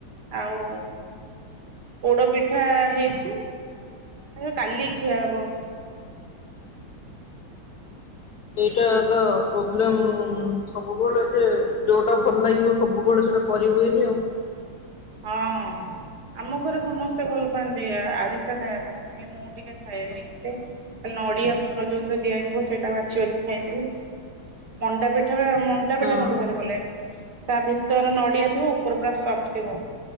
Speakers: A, on the right; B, on the left.
A: ଆଉ ପୋଡ ପିଠା ହେଇଛି ସେ କାଲି ଖିଆ ହବ।
B: ଏଇଟା ତ ପ୍ରୋବ୍ଲେମ ସବୁବେଳେ ଯେ ଯୋଉଟା ଭଲ ଲାଗିବ ସବୁବେଳେ ସେଟା କରିହୁଏନି ଆଉ।
A: ହଁ ଆମ ଘରେ ସମସ୍ତେ ଭଲ ପାଆନ୍ତି ଆରିସା ଖାଇବା ପାଇଁ ମାନେ ମୁଁ ଟିକେ ଖାଇନି ଏତେ ନଡିଆ ପୁର ଯୋଉଥିରେ ଦିଆ ହେଇଥିବ ସେଇଟା ବାଛି ବାଛି ଖାଇଦେବି। ମଣ୍ଡା ପିଠା ବା ମଣ୍ଡା ପିଠା
B: ହଁ
A: ମତେ ଭାରି ଭଲ ଲାଗେ ତା ଭିତର ନଡିଆ ଥିବ ଉପର ପୁରା ସଫ୍ଟ ଥିବ।